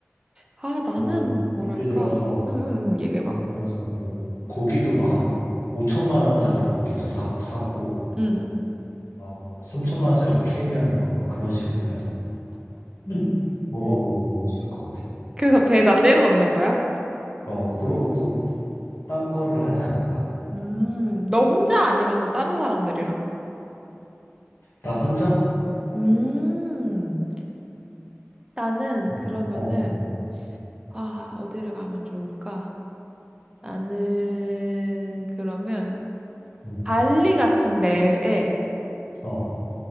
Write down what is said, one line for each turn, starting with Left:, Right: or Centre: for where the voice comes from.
Right: 아, 나는
Left: 뭐,
Right: 뭐랄까?
Left: 예를 들어서,
Right: 응, 응, 응, 얘기해봐.
Left: 예를 들어서, 뭐, 고기도 막, 한 5천만 원짜리 고기도 사, 사고,
Right: 응.
Left: 막, 3천만 원짜리 막 캐비어 넣고 막 그런 식으로 해서 음. 먹어보고 싶을 것 같아.
Right: 그래서 배에다 때려 넣는 거야?
Left: 어, 그러고 또 딴 거를 하지 않을까?
Right: 음, 너 혼자 아니면은 다른 사람들이랑?
Left: 나 혼자?
Right: 음. 나는
Left: 어,
Right: 그러면은,
Left: 어, 음,
Right: 아, 어디를 가면 좋을까? 나는 그러면
Left: 음,
Right: 발리 같은 데에
Left: 어,